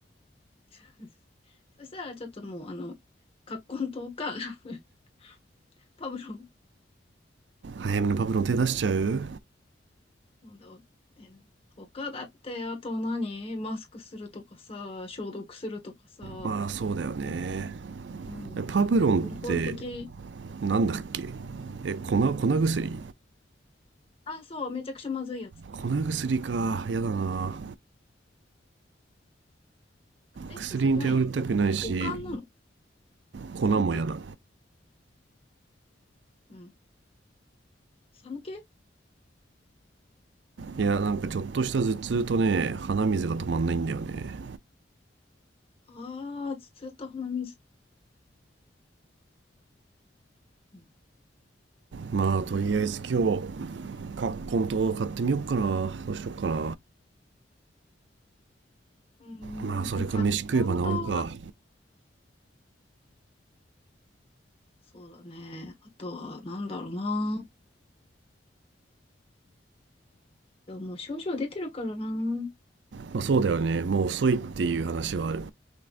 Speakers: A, on the left; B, on the right.
A: <laughs> そしたらちょっともう、あの、葛根湯か、<laughs> パブロン
B: 早めのパブロン手出しちゃう
A: 飲んだえー他だって、あと何マスクするとかさ、消毒するとかさ、
B: まあそうだよね
A: やっぱ、うん。
B: えパブロンって
A: 根本的。
B: なんだっけえ粉粉薬
A: あ、そう、めちゃくちゃまずいやつ。
B: 粉薬かやだな
A: 風邪ひきそう、
B: 薬に頼りたくないし
A: 何お、あれ、おかんなの
B: 粉もやだ
A: 寒気うん。寒気
B: いやなんかちょっとした頭痛とね鼻水が止まんないんだよね
A: ああー、ずっと鼻水。うん。
B: まあとりあえず今日カッコンと買ってみよっかなどうしよっかな
A: うーん、
B: まあそれか飯食えば治るか
A: ん葛根湯はそうだね。あとは、なんだろうな。でももう症状出てるからな。
B: まあそうだよねもう遅いっていう話はある